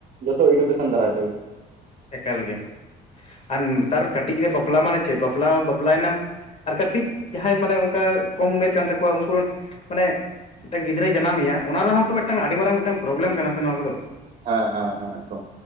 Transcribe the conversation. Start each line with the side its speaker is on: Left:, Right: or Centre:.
Right: ᱡᱚᱛᱚ 'ᱮᱰᱩᱠᱮᱥᱮᱱ' ᱫᱟᱨᱟᱭ ᱛᱮᱜᱮ᱾
Left: ᱮᱠᱟᱞ ᱜᱮ ᱟᱨᱱ ᱱᱮᱛᱟᱨ ᱠᱟᱹᱴᱤᱡ ᱜᱤᱫᱟ. 'ᱵᱟᱯᱞᱟ' ᱢᱟᱱᱮ ᱪᱮᱫ 'ᱵᱟᱯᱞᱟᱣ', ᱵᱟᱯᱞᱟᱭᱮᱱᱟᱢ ᱟᱨ ᱠᱟᱹᱴᱤᱡ ᱡᱟᱦᱟᱸᱭ ᱢᱟᱱᱮ ᱚᱝᱠᱟ ᱠᱚᱢ ᱢᱮᱨ ᱠᱟᱱ ᱛᱟᱠᱚᱣᱟ ᱩᱝᱠᱩ ᱨᱮᱱ, ᱢᱟᱱᱮ ᱴᱮᱝ ᱜᱤᱫᱽᱨᱟᱹᱭ ᱡᱟᱱᱟᱢᱮᱭᱟ ᱚᱱᱟ ᱨᱮᱦᱚᱸ ᱛᱚ ᱢᱤᱜᱴᱟᱝ ᱟᱰᱤ ᱢᱟᱨᱟᱝ, ᱢᱤᱜᱴᱟᱝ ᱯᱨᱚᱵᱽᱞᱮᱢ ᱠᱟᱱᱟ ᱥᱮ ᱱᱚᱣᱟ ᱠᱚᱫᱚ᱾
Right: ᱦᱮᱸ, ᱦᱮᱸ, ᱦᱮᱸ, ᱮᱠᱫᱚᱢ᱾